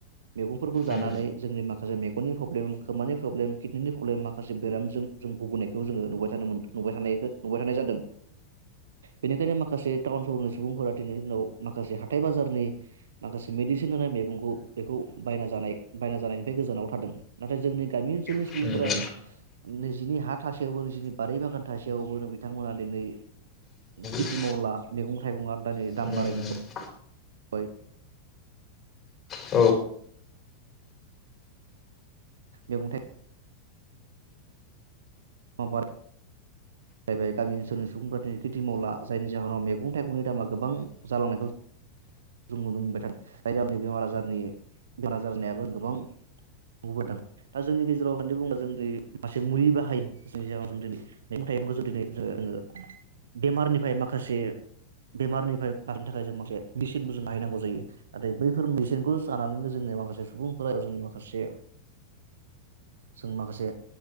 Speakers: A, on the right; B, on the left.
A: मैगंफोरखौ जानानै
B: उम
A: जोंनि माखासे मेगननि प्रब्लेम खोमानि प्रब्लेम किडनिनि प्रब्लेम माखासे बेरामजों जों बुगिनायखौ जोङो नुबाय थानो मोन नुबाय थानायखो नुबाय थानाय जादों बेनिखायनो माखासे टाउन सहरनि सुबुंफोरा दिनैनि दिनाव माखासे हाथाइ बाजारनि माखासे मेडिसिन होनाय मैगंखौ बेखौ बायना जानाय बायना जानायनिफ्राय गोजानाव थादों नाथाय जोंनि गामि ओनसोलनि
B: औ
A: सुबुंफोरा
B: उम
A: निजिनि हा थासेयावबो निजिनि बारि बागान थासेयावबो बिथांमोना दिनै खेथि
B: औ उम
A: मावला मैगं थाइगंआ दानै
B: औ
A: दाम बारायजोबाय
B: औ
A: मैगं थाइ <unintelligible> जायबाय गामि ओनसोलनि सुबुंफ्रा दिनै खेथि मावला जायनि जाहोनाव मैगं-थाइगंनि दामा गोबां जालांनायखौ जों नुनो मोनबाय थादों। जाय जुनै बेमार-आजारनि बेमार आजाराबो गोबां नुबोदों। दा जोंनि गेजेराव होनै बुङो जों दिन मासे मुलि बाहायो जायनि जाहोनाव जों दिनै बे मु <unintelligible> जोङो बेमारनिफ्राय माखासे बेमारनिफ्राय बांनो थाखाय जों माखासे मेसिनबो जों बाहायनांगौ जायो। नाथाय बैफोर मेसिनखौ जानानैनो जोंङो माखासे सुबुंफोरा जोंनि माखासे जों माखासे